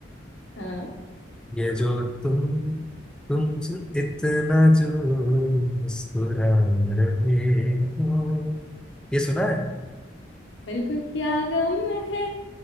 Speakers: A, on the left (about 75°); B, in the centre.
A: हाँ
B: ये जो तुम तुमसे इतना जो मुस्कुरा रहे हो ये सुना है
A: बिल्कुल क्या गम है